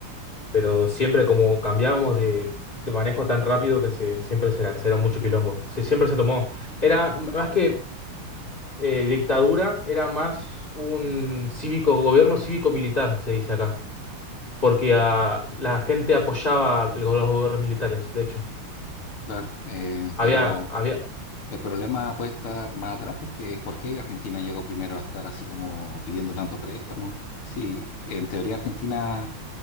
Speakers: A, on the left; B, on the left.
A: pero siempre como cambiábamos de, de manejo tan rápido que se, siempre se, era se era mucho quilombo, se, siempre se tomó. Era m- más que eh, dictadura, era más un cívico, gobierno cívico-militar, se dice acá, porque ah, la gente apoyaba el- los gobiernos militares, de hecho.
B: Claro, eh,
A: Había,
B: pero...
A: había.
B: El problema puede estar más atrás porque ¿por qué Argentina llegó primero a estar así como pidiendo tanto préstamo? Sí, en teoría Argentina,